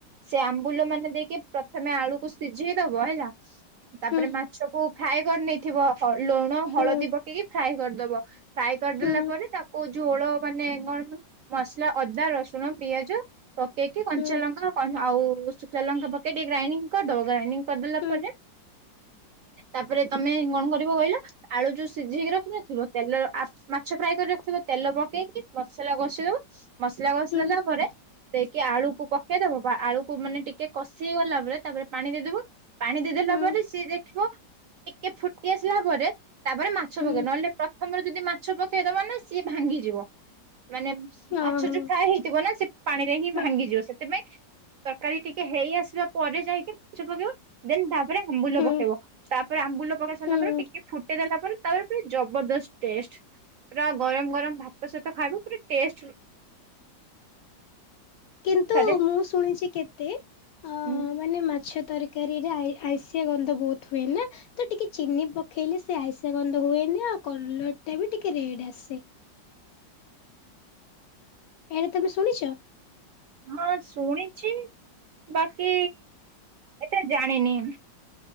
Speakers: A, on the right; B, on the left.
A: ସେ ଆମ୍ବୁଲ ମାନେ ଦେଇକି ପ୍ରଥମେ ଆଳୁକୁ ସିଝେଇ ଦେବ ହେଲା। ତାପରେ
B: ହୁଁ
A: ମାଛକୁ ଫ୍ରାଏ କରିନେଇଥିବ। ଲୁଣ
B: ହୁଁ
A: ହଳଦୀ ପକେଇକି ଫ୍ରାଏ କରିଦେବ। ଫ୍ରାଏ କରିଦେଲା
B: ହୁଁ
A: ପରେ ତାକୁ କୋଉ ଝୋଳ ମାନେ କଣ ମସଲା ଅଦା, ରସୁଣ, ପିଆଜ ପକ୍ କେଇକି କଞ୍ଚା
B: ହୁଁ
A: ଲଙ୍କା କନ୍ ଆଉ ଶୁଖିଲା ଲଙ୍କା ପକେଇ ଟିକେ ଗ୍ରାଇଣ୍ଡିଙ୍ଗ୍ କରିଦବ। ଗ୍ରାଇଣ୍ଡିଙ୍ଗ୍ କରିଦେଲା
B: ହୁଁ।
A: ପରେ ତାପରେ ତମେ କଣ କରିବ କହିଲ ଆଳୁ ଯୋଉ ସିଝେଇକି ରଖିିନଥିବ ତେଲ ଆପ୍ ମାଛ ଫ୍ରାଏ କରି ରଖିଥିବ ତେଲ ପକେଇକି ମସଲା କଷି ଦବ ମସଲା କଷି
B: ହୁଁ
A: ଦେଲା ପରେ ଦେଇକି ଆଳୁକୁ ପକେଇଦବ ଆଳୁକୁ ମାନେ ଟିକେ କଷି ହେଇଗଲା ପରେ ତାପରେ ପାଣି ଦେଇଦେବ ପାଣି ଦେଇଦେଲା
B: ହୁଁ
A: ପରେ ସିଏ <unintelligible> <unintelligible> ଟିକେ ଫୁଟି ଆସିଲା ପରେ ତାପରେ ମାଛ
B: ହୁଁ
A: ପକେଇ ନହେଲେ ପ୍ର ଥମରୁ ଯଦି ମାଛ ପକେଇଦବ ନା ସିଏ ଭାଙ୍ଗିଯିବ ମାନେ
B: ହଁ
A: ମାଛ ଯୋଉ ଫ୍ରାଏ ହେଇଥି ବନା ସେ ପାଣିରେ ହିଁ
B: ହଁ
A: ଭାଙ୍ଗିଯିବ। ସେଥିପାଇଁ ତରକାରୀ ଟିକେ ହେଇ ଆସିବା ପରେ ଯାଇକି <unintelligible> ପକେଇବ ଦେନ ତାପରେ ଆମ୍ବୁଲ
B: ହୁଁ
A: ପକେଇବ ତାପରେ ଆମ୍ବୁଲ ପକେଇ ସାରିଲା
B: ହୁଁ।
A: ପରେ ଟିକେ ଫୁଟ ଦେଲା ପରେ ତାପରେ ଜବରଦସ୍ତ ଟେଷ୍ଟ। ପୁରା ଗରମ ଗରମ ଭାତ ସହିତ ଖାଇବ ପୁରା ଟେଷ୍ଟ।
B: କିନ୍ତୁ
A: ଥରେ
B: ମୁଁ ଶୁଣିଚି କେତେ ଅ
A: ହୁଁ।
B: ମାନେ ମାଛ ତର କାରୀରେ ଆଇ ହାଇଁଷିଆ ଗନ୍ଧ ବହୁତ ହୁଏ ନା। ତ ଟିକେ ଚିନି ପକେଇଲେ ସେ ଆଇଁଷିଆ ଗନ୍ଧ ହୁଏନି ଆଉ କଲର ଟା ବି ଟିକେ ରେଡ୍ ଆସେ। ଏଇଟା ତମେ ଶୁଣିଚ?
A: ହଁ ଶୁଣିଚି ବାକି ଏତେ ଜାଣିନି।